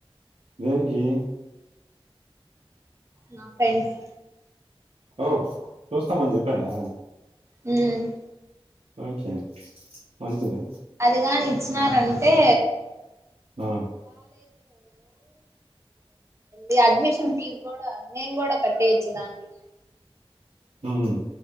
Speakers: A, on the right; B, on the right.
A: దేనికి
B: నా ఫ్రెండ్స్
A: ఓ చూస్తామని చెప్పానా
B: మ్
A: ఓకే మంచిది
B: అదిగాని ఇచ్చినారంటే
A: ఆ
B: ఈ అడ్మిషన్ ఫీజ్ కూడా నేను కూడా కట్టేయొచ్చు దాంట్లోనే
A: ఉహు